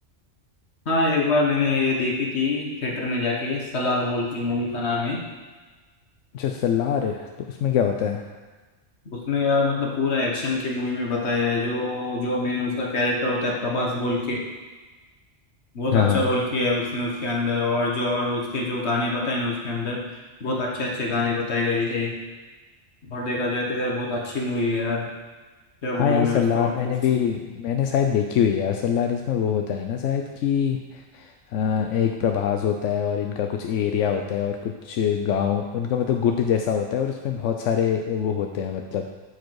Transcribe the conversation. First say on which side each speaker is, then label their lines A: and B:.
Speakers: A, on the left; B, on the left.
A: हाँ एक बार मैंने ये देखी थी थिएटर में जाके सलार बोल की मूवी का नाम है
B: अच्छा सलार तो उसमें क्या होता है
A: उसमें यार मतलब पूरा एक्शन की मूवी में बताया है जो जो मेन उसका कैरेक्टर होता है प्रभास बोल के बहुत
B: हाँ
A: अच्छा
B: हाँ
A: रोल किया है उसने उसके अंदर और जो और उसके जो गाने बताए ना उसके अंदर बहुत अच्छे अच्छे गाने बताए गए थे और देखा जाए तो यार बहुत अच्छी मूवी है यार क्या
B: हाँ
A: बोलूँ
B: यार
A: मैं
B: सलार
A: उसको आपको
B: मैंने भी मैंने शायद देखी हुई है यार सलार इसमें वो होता है ना शायद कि अ, एक प्रभास होता है और इनका कुछ एरिया होता है और कुछ गांव उनका मतलब गुट जैसा होता है और इसमें बहुत सारे वो होते हैं मतलब